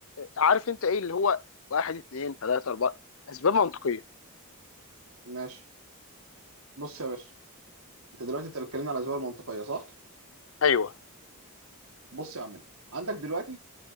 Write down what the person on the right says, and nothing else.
ماشي بص يا باشا انت دلوقتي انت بتكلمني على الاسباب المنطقيه صح
بص يا عم عندك دلوقتي